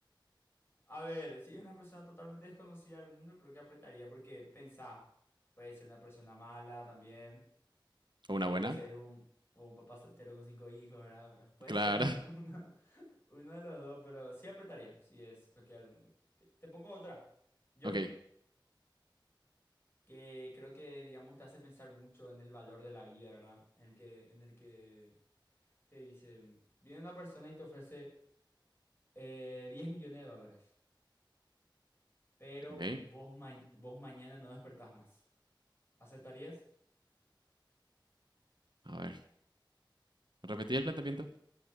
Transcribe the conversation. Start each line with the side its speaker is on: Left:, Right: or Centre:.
Left: A ver, si es una persona totalmente desconocida al mundo, creo que apretaría porque pensá, puede ser una persona mala también,
Right: ¿O
Left: o
Right: una buena?
Left: puede ser un, o un papá soltero con cinco hijos, ¿verdad? <laughs> Puede
Right: Claro.
Left: ser uno, <laughs> uno- uno de los dos, pero sí apretaría, si es cualquiera del mundo. Te, te pongo otra, yo,
Right: Ok,
Left: que creo que, digamos, te hace pensar mucho en el valor de la vida, ¿verdad? En el que, en el que Te dice, viene una persona y te ofrece eh, 10 millones de dólares, pero
Right: ok.
Left: vos, ma- vos mañana no despertás más. ¿Aceptarías?
Right: A ver, repetí el planteamiento.